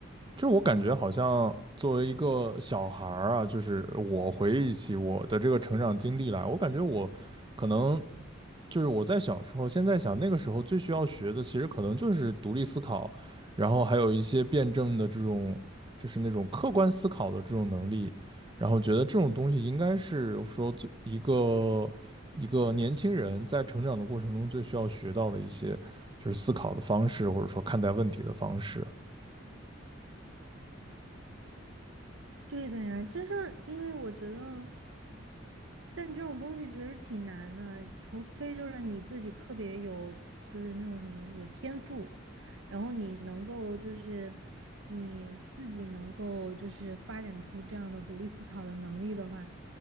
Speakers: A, on the right; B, on the right.
A: 就我感觉好像作为一个小孩儿啊，就是我回忆起我的这个成长经历来，我感觉我可能就是我在小时候，现在想那个时候最需要学的，其实可能就是独立思考，然后还有一些辩证的这种，就是那种客观思考的这种能力，然后觉得这种东西应该是说最一个一个年轻人在成长的过程中最需要学到的一些，就是思考的方式，或者说看待问题的方式。
B: 对的呀，就是因为我觉得。但这种东西其实挺难的，除非就是你自己特别有，就是那种什么有天赋，然后你能够就是你自己能够就是发展出这样的独立思考的能力的话，